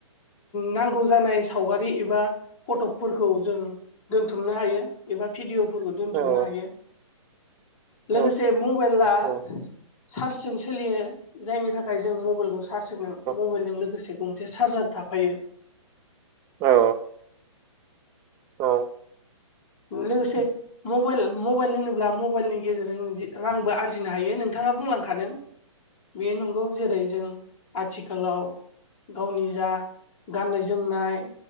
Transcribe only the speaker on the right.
औ
औ औ
औ
औ
औ अ